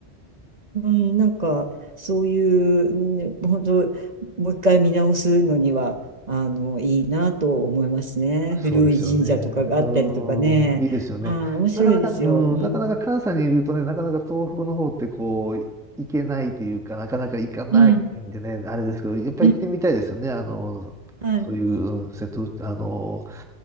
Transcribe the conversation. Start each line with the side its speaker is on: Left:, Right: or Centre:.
Right: うん、なんかそういう、うん本当もう一回見直すのにはあのいいなと思いますね。古い神社とかがあったりとかね。
Centre: そうですよね。うん、いいですよね。
Right: はい、面白いですよ。
Centre: なかなか、うん、
Right: うん、
Centre: なかなか関西にいるとね、なかなか東北の方ってこう、行けないというか、なかなか行かないんでね、
Right: うん、
Centre: あれですけど、やっぱり行ってみたいですよね。
Right: うん、
Centre: あの、
Right: はい、
Centre: そういう、うん瀬戸、あの、